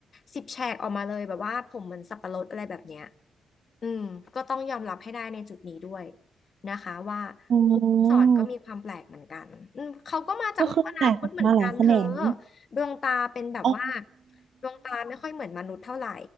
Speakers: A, on the left (about 40°); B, on the right (about 60°).
A: สิบแฉกออกมาเลยแบบว่าผมเหมือนสับปะรดอะไรแบบเนี้ยอืมก็ต้องยอมรับให้ได้ในจุดนี้ด้วยนะคะว่า
B: อ๋อ
A: ครูผู้สอนก็มีความแปลกเหมือนกันอืมเขาก็มาจากโลกอนาคตเหมือนกันเธอ
B: ก็คือแตกออกมาหลายแขนง
A: ดวงตาเป็นแบบว่า
B: อ๋อ
A: ดวงตาไม่ค่อยเหมือนมนุษย์เท่าไหร่